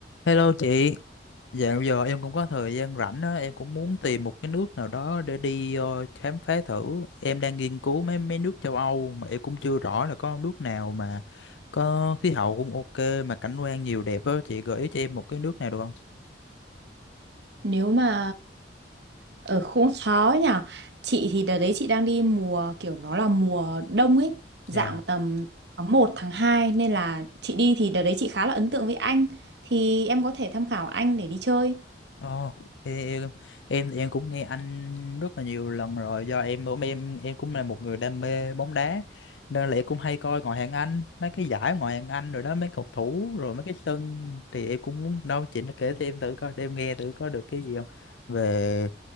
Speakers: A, on the left (about 80°); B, on the right (about 65°).
A: Hello chị, dạo giờ em cũng có thời gian rảnh á, em cũng muốn tìm một cái nước nào đó để đi ờ, khám phá thử. Em đang nghiên cứu mấy mấy nước châu Âu mà em cũng chưa rõ là có nước nào mà có khí hậu cũng ok mà cảnh quan nhiều đẹp á, chị gợi ý cho em một cái nước nào được không?
B: Nếu mà ở cũng khó nhỉ. Chị thì đợt đấy chị đang đi mùa kiểu nó là mùa đông ấy, dạng
A: Dạ.
B: tầm tháng một tháng 2 nên là chị đi thì đợt đấy chị khá là ấn tượng với anh. Thì em có thể tham khảo anh để đi chơi.
A: Ồ, thì em em thì em cũng nghe anh rất là nhiều lần rồi do em cũng em em cũng là một người đam mê bóng đá nên là em cũng hay coi ngoại hạng Anh mấy cái giải ngoại hạng Anh rồi đó mấy cầu thủ rồi mấy cái sân thì em cũng muốn đâu chị nó kể cho em thử coi để em nghe thử có được cái gì không về